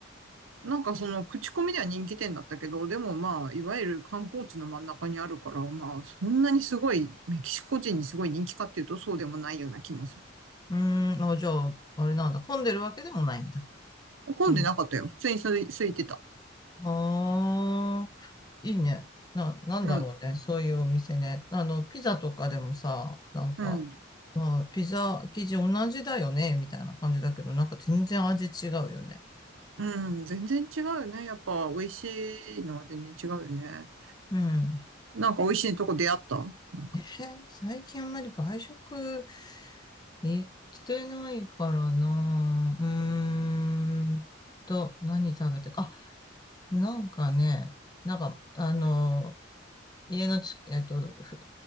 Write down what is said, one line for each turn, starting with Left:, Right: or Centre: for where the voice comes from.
Right: なんかその口コミでは人気店だったけど、でもまあ、いわゆる観光地の真ん中にあるから、まあ、そんなにすごい、メキシコ人にすごい人気かっていうと、そうでもないような気もする。
Left: うーん、あ、じゃあ、あれなんだ。混んでるわけでもないんだ。
Right: 混んでなかったよ。
Left: うん。
Right: 普通に空い空いてた。
Left: ああ、いいね。な、なんだろうね。
Right: うん、
Left: そういうお店ね。あの、ピザとかでもさ、なんか、
Right: うん、
Left: まあ、ピザ生地同じだよね、みたいな感じだけど、なんか全然味違うよね。
Right: うん、全然違うよね。やっぱ、美味しいのは全然違うよね。
Left: うん。
Right: なんか美味しいとこ出会ったなんか、
Left: えー最近あんまり外食行ってないからな。うーんと、何食べてか。あ、なんかね、なんか、あの、家のち、えっと、ふ、